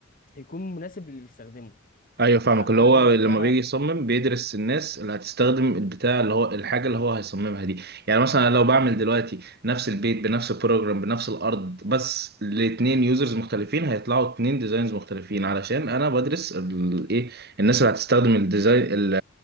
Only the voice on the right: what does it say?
ايوه فاهمك
اللي هو
لما
بيجي يصمم
بيدرس الناس اللي هتستخدم البتاع اللي هو الحاجه اللي هو هيصممها دي يعني مثلا أنا لو بعمل دلوقتي نفس البيت بنفس البروجرام بنفس الارض بس لاتنين يوزرز مختلفين هيطلعوا اتنين ديزاينز مختلفين علشان انا بدرس الايه الناس اللي هتستخدم الديزاين ال-